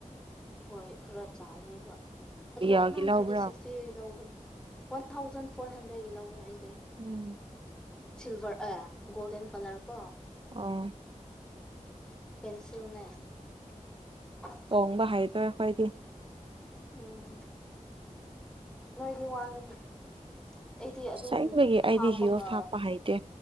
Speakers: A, in the centre; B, on the right.
A: ꯍꯣꯏ ꯈꯔ ꯆꯥꯎꯋꯦꯕ ꯑꯗꯨꯕꯨ
B: ꯗꯤꯌꯥꯒꯤ
A: ꯑꯗꯨꯝ
B: ꯂꯧꯕ꯭ꯔꯥ
A: ꯊꯥꯔꯇꯤ ꯁꯤꯛꯁ ꯁꯤ ꯂꯧꯕꯅꯦ ꯋꯥꯟ ꯊꯥꯎꯖꯟ ꯐꯣꯔ ꯍꯟꯗ꯭ꯔꯦꯗꯀꯤ ꯂꯧꯋꯦ ꯑꯩꯗꯤ
B: ꯎꯝ
A: ꯁꯤꯜꯚꯔ ꯑꯦ ꯒꯣꯜꯗꯟ ꯀꯂꯔ ꯀꯣ
B: ꯑꯣ
A: ꯄꯦꯟꯁꯤꯜꯅꯦ <inaudible>
B: ꯀꯣꯡꯕ ꯍꯩꯇꯔꯦ ꯑꯩꯈꯣꯏꯗꯤ
A: ꯎꯝ ꯅꯣꯏꯗꯤ ꯋꯥꯒꯅꯤ ꯑꯩꯗꯤ ꯑꯗꯨꯝ
B: ꯑꯁꯦꯡꯕꯒꯤ ꯑꯩꯗꯤ
A: ꯍꯥꯞꯄꯒ
B: ꯍꯤꯜꯁ ꯍꯥꯞꯄ ꯍꯩꯇꯦ